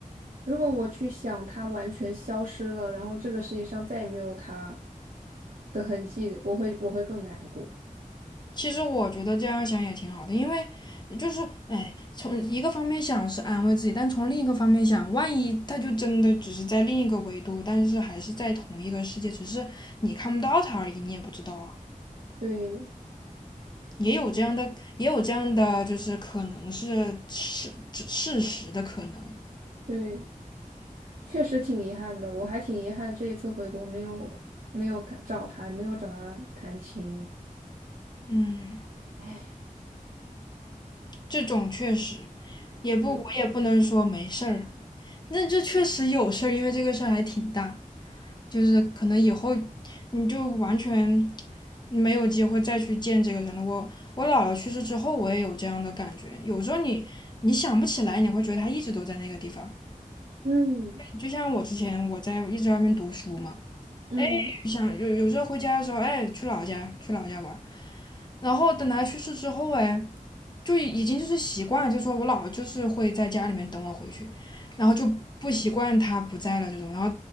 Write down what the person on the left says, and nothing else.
其实我觉得这样想也挺好的，因为就是哎，从一个方面想是安慰自己，但从另一个方面想，万一他就真的只是在另一个维度，但是还是在同一个世界，只是你看不到他而已，你也不知道啊。
也有这样的，也有这样的，就是可能是事事实的可能。
嗯，
这种确实也不，
我也不能说没事儿。那这确实有事儿，因为这个事儿还挺大，就是可能以后你就完全没有机会再去见这个人了。我我姥姥去世之后，我也有这样的感觉。有时候你你想不起来，你会觉得他一直都在那个地方。
就像我之前我在一直在外面读书嘛，
想有有时候回家的时候，哎，去老家去老家玩然后等他去世之后，哎，就已经就是习惯，就说我姥就是会在家里面等我回去，然后就不习惯他不在了这种，然后